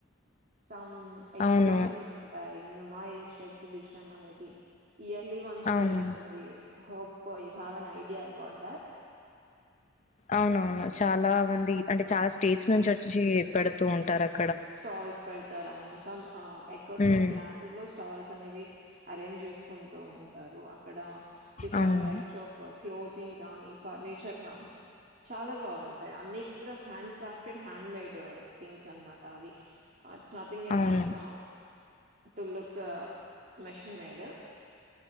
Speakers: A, on the right; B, on the left.
A: చమ్ ఎగ్జిబిషన్స్
B: అవును
A: ఉంటాయి ఇన్ మా ఇష్ ఎక్సిబిషన్ అనేది ఇయర్లీ వన్స్
B: అవును
A: జరుగుతుంది hop you have an idea about that
B: అవునవును చాలా మంది అంటే చాలా స్టేట్స్ నుంచి వచ్చి పెడుతూ ఉంటారన్
A: స్టాల్స్ పెడతారు అవును some acres
B: um
A: of land లో స్టాల్స్ అనేవి అరేంజ్ చేసుకుంటూ ఉంటారు అక్కడ డిఫరెంట్
B: అవును
A: టైప్స్ ఆఫ్ క్లోథింగ్ కానీ, ఫర్నిచర్ కానీ చాలా బాగుంటాయి అన్ని కూడా hand crafted hand made things అన్మాట్ అవి అ చాథింగ్ ఎబ్
B: అవును
A: ఆ టుల్లు ఒక మెషిన్ మేడు